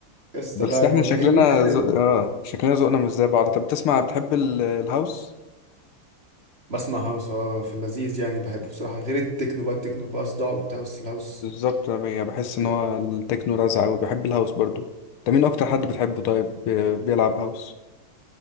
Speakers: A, on the right (about 30°); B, on the left (about 80°).
A: يا اسطى
B: بس
A: لا اغنيه
B: احنا شكلنا
A: هي دي الوحيدة
B: ز...
A: اللي
B: اه شكلنا ذوقنا مش زي بعض طب بتسمع بتحب ال... الهاوس
A: بسمع هاوس اه في اللذيذ يعني بحبه بصراحه غير التكنو بقى التكنو بقى صداع وبتاع بس الهاوس
B: بالظبط انا يعني بحس ان
A: كده
B: هو التكنو رزع قوي بحب الهاوس برضو انت مين اكتر حد بتحبه طيب بي- بيلعب هاوس